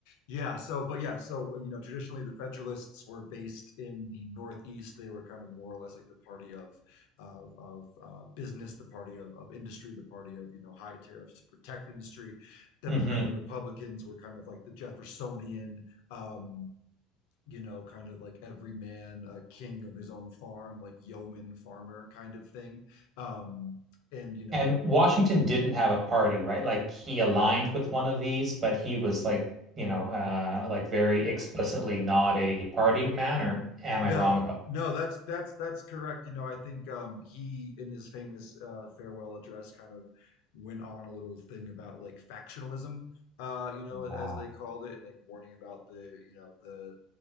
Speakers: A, on the left; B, on the right.
A: yeah, so but yeah, so you know, traditionally the Federalists were based in the Northeast. They were kind of more or less like the party of of, of uh, business, the party of, of industry, the party of you know high tariffs to protect industry. Democratic
B: <laughs> hmm
A: Republicans were kind of like the Jeffersonian. Um, you know, kind of like every man, a king of his own farm, like yeoman farmer kind of thing. Um, and you know
B: And Washington didn't have a party, right? Like he aligned with one of these, but he was like, you know, uh, like very explicitly not a party man, or am
A: No,
B: I wrong about
A: no, that's that's that's correct. You know, I think um he in his famous uh farewell address kind of went on a little thing about like factionalism, uh, you know, as
B: Yeah.
A: they called it, and like warning about the, you know, the